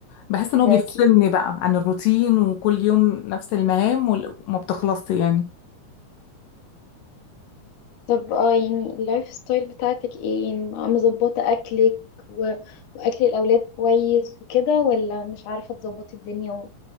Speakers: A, on the left (about 80°); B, on the left (about 60°).
A: بحس إن هو
B: ده
A: بيفصلني
B: اكيد
A: بقى عن الروتين وكل يوم نفس المهام وال- وما بتخلصش يعني
B: طب اه يعني اللايف ستايل بتاعتك ايه يعني مظبطه اكلك و... واكل الاولاد كويس وكده ولا مش عارفه تظبطي الدنيا و...